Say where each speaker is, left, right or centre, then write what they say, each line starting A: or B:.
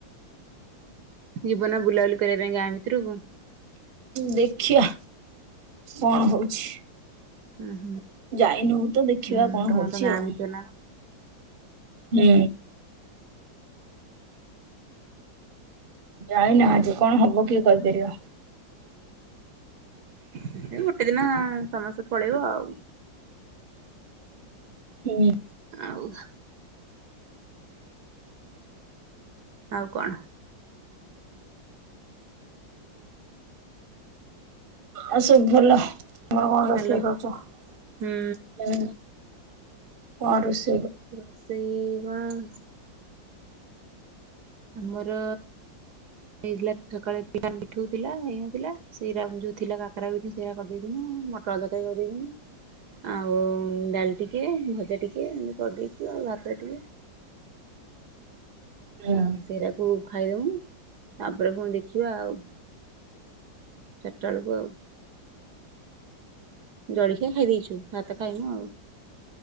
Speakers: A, on the right (about 60°); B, on the right (about 35°).
A: ଜୀବନ ବୁଲାବୁଲି କରିବା ପାଇଁ ଗାଁ ଭିତରୁକୁ
B: ଦେଖିବା କଣ ହଉଛି।
A: ହୁଁ
B: ଯାଇନୁ ତ ଦେଖିବା
A: ହୁଁ
B: କଣ
A: ତମର
B: ହଉଛି
A: ତ ଗାଁ
B: ଆଉ
A: ଭିତର ନା କଣ?
B: ହୁଁ ଯାଇନାହାନ୍ତି କଣ ହବ କିଏ କହିପାରିବ
A: ହୁଁ ଗୋଟେ ଦିନ ସମସ୍ତେ ପଳେଇବ ଆଉ
B: ହୁଁ ଉ
A: ଆ ଉ ଆଉ କଣ?
B: ଆଉ ସବୁ ଭଲ ତମର କଣ ରୋଷେଇ
A: ହାଲୋ
B: କରୀଛ
A: ହୁଁ।
B: ପ ଋଷୁ
A: ରୋସେଇ ଇ ହଁ <inaudible> ଆମର ହେଇଥିଲା ସକାଳେ ଥିଲା ମିଠୁ ଥିଲା ହେଇନଥିଲା ସେରା ଯୋଉ ଥିଲା କାକରା ପଠା ସେରା କରିଦେଥିଲା ମଟର ତରକାରୀ କରିଦେଇଥିନୁ ଆଉ ଡାଲ ଟିକେ ଭଜା ଟିକେ ଏତି କରିଦେଇଛ ଆଉ ଭାତ ଟିକେ
B: ହୁଁ
A: ଆଉ ସେଇରା କୁ ଖାଇଦଉନୁ ତାପରେ ପୁଣି ଦେଖିବା ଆଉ ଚାରିଟା ବେଳକୁ ଆଉ। ଜଳଖିଆ ଖାଇ ଦେଇେଛୁ ଭାତ ଖାଇନୁ ଆଉ